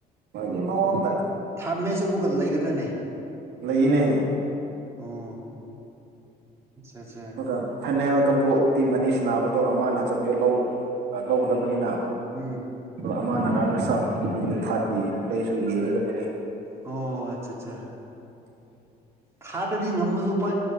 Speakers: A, on the right (about 75°); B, on the right (about 15°).
A: ꯃꯣꯏꯒꯤ ꯃꯑꯣꯡꯗ
B: ꯊꯥ꯭ꯔꯠ ꯃꯦꯠꯆ ꯑꯃꯨꯛꯀ ꯂꯩꯒꯗ꯭ꯔꯅꯦ
A: ꯂꯩꯌꯦꯅꯦ
B: ꯑꯣ ꯑꯆꯆꯥ
A: ꯑꯗꯨꯒ ꯐꯥꯏꯅꯦꯜ ꯀꯥꯡꯝꯄꯨ ꯇꯤꯝ ꯑꯅꯤ ꯁꯅꯥꯕꯗꯣ ꯑꯃꯅ ꯆꯝꯄꯤꯌꯟ ꯂꯧꯒꯗꯕꯅꯤꯅ
B: ꯎꯝ
A: ꯑꯗꯣ ꯑꯃꯅ ꯑꯔꯅ ꯆꯞ ꯑꯗꯨꯒꯤ ꯊꯥꯔꯠꯀꯤ ꯂꯩꯔꯁꯨ ꯌꯦꯡꯒꯗꯕꯅꯤ
B: ꯑꯣ ꯑꯆ ꯆꯥ ꯊꯥꯗꯗꯤ ꯉꯝꯃꯁꯨ ꯎꯄꯥꯏ